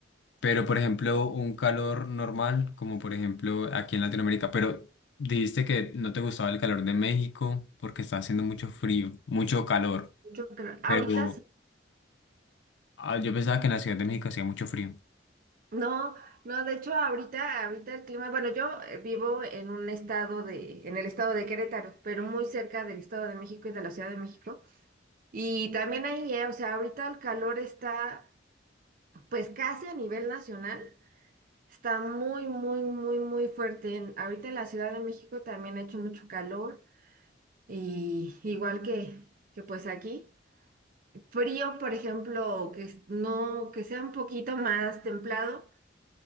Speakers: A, on the left (about 70°); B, on the right (about 50°).
A: pero, por ejemplo, un calor normal, como por ejemplo aquí en Latinoamérica, pero dijiste que no te gustaba el calor de México porque está haciendo mucho frío, mucho calor,
B: Mucho calor. Ahorita
A: pero
B: sí.
A: ah, yo pensaba que en la Ciudad de México hacía mucho frío.
B: No, no, de hecho ahorita, ahorita el clima, bueno, yo eh, vivo en un estado de, en el estado de Querétaro, pero muy cerca del Estado de México y de la Ciudad de México. Y también ahí, eh, o sea, ahorita el calor está pues casi a nivel nacional. Está muy, muy, muy, muy fuerte. En- ahorita en la Ciudad de México también ha hecho mucho calor. Y igual que, que pues aquí, frío, por ejemplo, que es- no, que sea un poquito más templado,